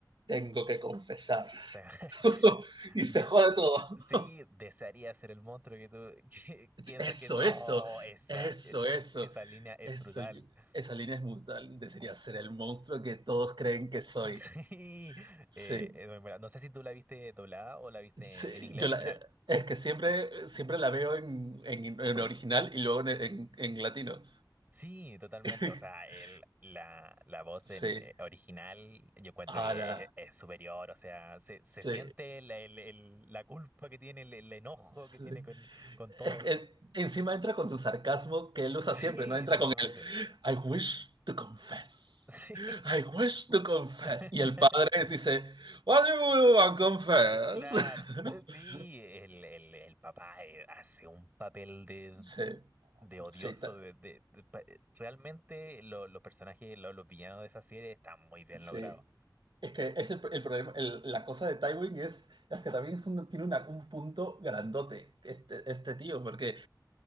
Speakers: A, on the right (about 85°); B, on the right (about 25°).
A: Tengo que confesar.
B: Te- <laughs>
A: <laughs> y
B: des-
A: se jode todo.
B: Sí, desearía ser el monstruo que tú <laughs> que piensas
A: Eso,
B: que es. Oh,
A: eso,
B: esa,
A: eso,
B: e-
A: eso,
B: esa línea es
A: eso.
B: brutal. <laughs>
A: Esa línea es brutal. Desearía ser el monstruo que todos creen que soy.
B: Sí.
A: Sí.
B: Eh, es muy buena. no sé si tú la viste doblada o la viste
A: Sí,
B: en inglés
A: yo
B: original.
A: la eh, es que siempre siempre la veo en en en original y luego en en en latino.
B: Sí, totalmente.
A: <laughs>
B: O sea, el, la, la voz
A: Sí.
B: en, eh, original yo encuentro que
A: Ala,
B: es, es superior. O sea, se, se
A: sí,
B: siente la, el- el- la culpa que tiene, el, el enojo
A: sí.
B: que tiene con, con todos.
A: Es que eh,
B: <laughs>
A: encima entra con su sarcasmo que él usa
B: Sí,
A: siempre, ¿no? Entra
B: totalmente.
A: con el: "I wish to confess,
B: Sí.
A: I wish to confess",
B: <laughs>
A: y el padre dice: "What do you want to confess?"
B: Claro.
A: <laughs>
B: Eh, Sí, el, el, el papá eh, hace un papel de,
A: Sí,
B: de odioso.
A: sí, ta
B: De, de- de pa- eh, realmente lo- los personajes, lo- los villanos de esa serie están muy bien
A: Sí.
B: logrados.
A: Es que es el, el problema, el- la cosa de Tywin es, es que también es un- tiene una- un punto grandote este, este tío, porque